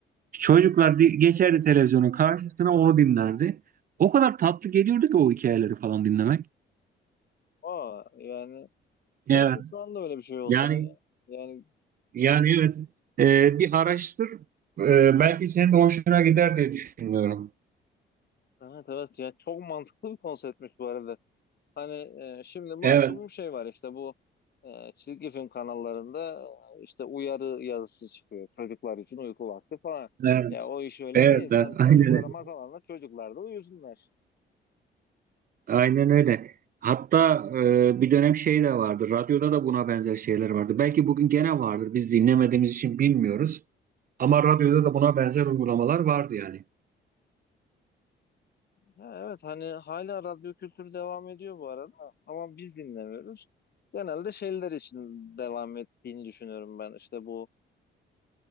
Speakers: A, on the right; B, on the left.
A: Çocuklar di- geçerdi televizyonun karşısına onu dinlerdi. O kadar tatlı geliyordu ki o hikayeleri falan dinlemek.
B: O yani keşke
A: Evet.
B: şu anda öyle bir şey olsa
A: Yani
B: ya. Yani
A: Yani evet e, bir araştır E, belki senin de hoşuna gider diye düşünüyorum.
B: evet evet ya çok mantıklı bir konseptmiş bu arada. Hani e, şimdi maksimum
A: Evet,
B: şey var işte bu e, çizgi film kanallarında e, işte uyarı yazısı çıkıyor. Çocuklar için uyku vakti falan.
A: evet,
B: Ya o iş öyle
A: evet,
B: değil. Sen
A: evet, <laughs> aynen
B: çocuklara
A: öyle.
B: masal anlat, çocuklar da uyusunlar.
A: Aynen öyle. Hatta e, bir dönem şey de vardı. Radyoda da buna benzer şeyler vardı. Belki bugün gene vardır. Biz dinlemediğimiz için bilmiyoruz. Ama radyoda da buna benzer uygulamalar vardı yani.
B: Ha, evet hani hala radyo kültürü devam ediyor bu arada ama biz dinlemiyoruz. Genelde şeyler için devam ettiğini düşünüyorum ben. İşte bu